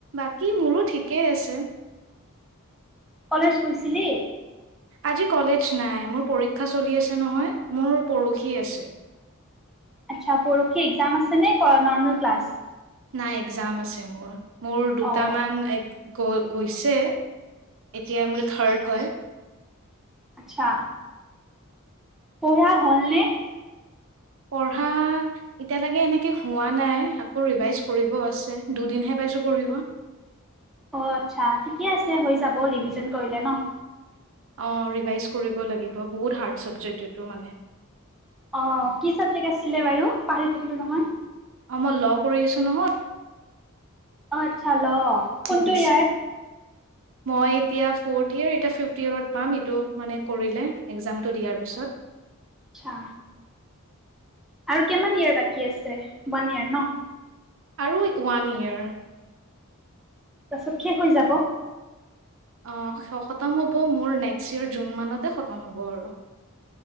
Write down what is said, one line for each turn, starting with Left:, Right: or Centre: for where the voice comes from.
Right: বাকী মোৰো ঠিকেই আছে।
Centre: কলেজ গৈছিলি?
Right: আজি কলেজ নাই মোৰ পৰীক্ষা চলি আছে নহয় মোৰ পৰখি আছে
Centre: আচ্ছা পৰসি এক্সাম আছে নে নৰ্মেল ক্লাছ?
Right: নাই একজাম আছে মোৰ। মোৰ দুটামান
Centre: অ
Right: এক গৈ গৈছে এতিয়া মোৰ থাৰ্ড হয়।
Centre: আতচ্ছা। পঢ়া হল নে
Right: পঢ়া এতিয়ালৈকে এনেকে হোৱা নাই আকৌ ৰিভাইজ কৰিব আছে দুদিনহে পাইছোঁ পঢ়িব
Centre: অ', আতচ্ছা ঠিকে আছে হৈ যাব ৰিভিজন কৰিলে ন?
Right: অ', ৰিভাইজ কৰিব লাগিব। বহুত হাৰ্ড চাবজেক্ট এইটো মানে
Centre: অঁ কি চবজক আছে ছিলে বাৰু পাহি থাকিলো নহয়
Right: অ', মই ল কৰি আছো নহয়
Centre: অ', আতচ্ছা ল
Right: চি
Centre: কোনটো
Right: পি
Centre: ইয়াৰ?
Right: চি মই এতিয়া ফ'ৰ্থ ইয়েৰ, এতিয়া ফিফথ ইয়েৰত পাম এইটো মানে কৰিলে একজামটো দিয়াৰ পিছত।
Centre: চ্ছা। আৰু কিমান ইয়াৰ বাকী আছে ওৱান ইয়াৰ ন?
Right: আৰু ওৱান ইয়েৰ।
Centre: তাৰপিছত শেষ হৈ যাব
Right: অ খতম হ'ব মোৰ নেক্স ইয়েৰ জুন মানতে খতম হ'ব আৰু।